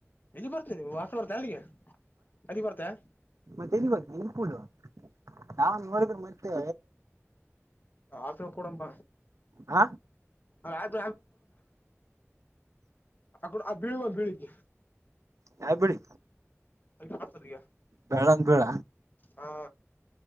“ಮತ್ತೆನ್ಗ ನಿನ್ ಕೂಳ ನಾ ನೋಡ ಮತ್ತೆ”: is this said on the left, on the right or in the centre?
Right